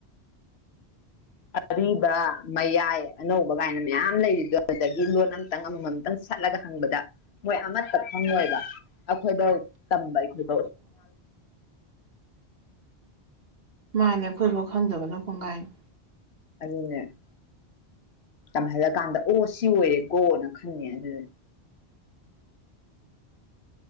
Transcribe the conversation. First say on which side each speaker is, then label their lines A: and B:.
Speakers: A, on the left; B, on the right.
A: ꯑ ꯑꯔꯤꯕ ꯃꯌꯥꯏ ꯑꯅꯧꯕ ꯀꯥꯏꯅ ꯃꯌꯥꯝ ꯂꯩꯔꯤꯗꯗꯒꯤ ꯂꯣꯟ ꯑꯃꯇꯪ ꯑꯃꯃꯝꯇꯪ ꯁꯠꯂꯒ ꯍꯪꯉ ꯪ ꯃꯣꯏ ꯑꯃꯠꯇ ꯐꯪꯉꯣꯏꯕ ꯑꯩꯈꯣꯏꯗꯧ ꯇꯝꯕ ꯑꯩꯈꯣꯏꯗ
B: ꯃꯥꯅꯦ ꯑꯩꯈꯣꯏꯕꯨꯥꯎ ꯈꯪꯗꯕꯅ ꯀꯣꯡꯒꯥꯏꯅꯤ
A: ꯑꯗꯨꯗꯅꯦꯦ ꯇꯝꯍꯜꯂꯀꯥꯟꯗ ꯑꯣ ꯁꯤ ꯑꯣꯏꯔꯦꯀꯣꯅ ꯈꯟꯉꯦ ꯑꯗꯨꯗꯤ <inaudible>